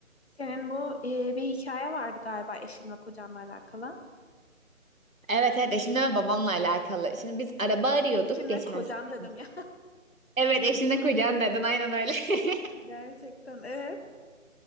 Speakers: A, on the left (about 50°); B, on the right (about 85°).
A: Senin bu e, bir hikaye vardı galiba eşin ve kocanla alakalı.
B: Evet evet eşimle ve babamla alakalı. Şimdi biz araba arıyorduk
A: Eşin
B: geçen
A: ve kocan
B: sene.
A: dedim ya.
B: Evet eşimle kucağın dedin aynen öyle. <laughs>
A: <laughs> Gerçekten evet.